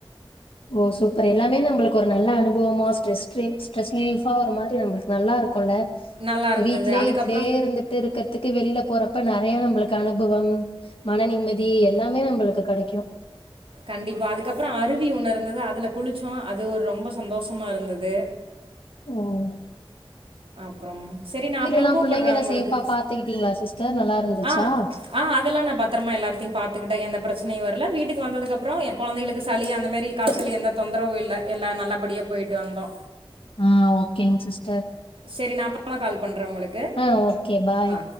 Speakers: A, on the left; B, on the right.
A: ஓ சூப்பர் எல்லாமே நம்மளுக்கு ஒரு நல்ல அனுபவமா ஸ்ட்ரெஸ் ஸ்ட்ரெஸ் ரிலீஃபா ஒரு மாரி நமளுக்கு நல்லா இருக்குல்ல
B: நல்லா இருந்தது.
A: வீட்லயே
B: அதுக்கப்புறம்
A: இப்டியே இருந்துட்டு இருக்குறதுக் த்துக்கு வெளில போறப்ப நறைய நம்மளுக்கு அனுபவம் மன நிம்மதி எல்லாமே நம்மளுக்கு கெடைக்கு
B: கண்டிப்பா அதுக்கப்புறோ அருவி ஒன்னு இருந்துதா அது அதுல குளிச்சோ அது ஒரு ரொம்ப சந்தோஷமா இருந்தது
A: உம்
B: அப்றம் சரி நா அப்றோ
A: எல்லாம்
B: கூப்டுறே
A: புள்ளைங்கள
B: உங்களுக்கு
A: சேஃபா பாத்துக்கிட்டீங்களா சிஸ்டர் நல்லா இருந்துச்சா
B: அ அ அதெல்லா நா பத்ரமா எல்லாத்தையு பாத்துக்கிட்டே எந்த பிரச்சனையு வரல வீட்டு வீட்டுக்கு வந்ததுக்கு அப்றோ எ கொழந்தைகளுக்கு சளி அந்த மாரி காச்சல் எந்த தொந்தரவு இல்ல எல்லா நல்லபடியே போயிட்டு வந்தோ
A: ஆ ஓகேங்க சிஸ்
B: சேரி நா அப்றமா கால் பண்றே உங்களுக்கு
A: ஆ ஓகே பாய்
B: ஆ